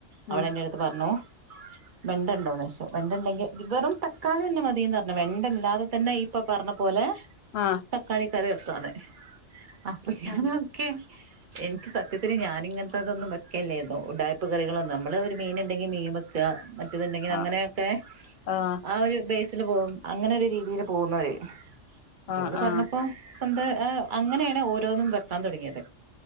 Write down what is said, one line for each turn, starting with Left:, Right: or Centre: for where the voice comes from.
Right: അവള്
Left: ആഹ്
Right: എന്റെ പറ്ഞ്ഞു വെണ്ട് വണ്ടണ്ടോന്ന് ചോയ്ച്ചു വെണ്ടണ്ടെങ്കിൽ വെറും തക്കാളി തന്നെ മതിന്ന് പറ്ഞ്ഞു വെണ്ടല്ലാതെ തന്നെ ഇപ്പൊ പറഞ്ഞ പോലെ
Left: ആഹ്
Right: തക്കാളി കറി വെക്കാന് അപ്പൊ ഞാനൊക്കെ
Left: ആഹ്
Right: എനിക്ക് സത്യത്തിന് ഞാന് ഇങ്ങൻത്തെതൊന്നും വെക്കല്ലാരുന്നു ഉടായ്പ്പ് കറികളൊന്നും നമ്മള് ഒരു മീൻ മീൻ വെക്കാ മറ്റത്ണ്ടെങ്കിൽ
Left: ആഹ്
Right: അങ്ങനെയൊക്കെ
Left: ആഹ് ആഹ്
Right: ആ ഒരു ബെയ്സ് പോവും അങ്ങനെ ഒരു രീതിൽ പോകുന്നവര് ഇപ്പൊ
Left: ആഹ്
Right: ഇവള് പറഞ്ഞപ്പോ
Left: ആഹ്
Right: സ്വന്ത അ അങ്ങനെയാണ് ഓരോന്നും വെക്കാൻ തുടങ്ങിയത്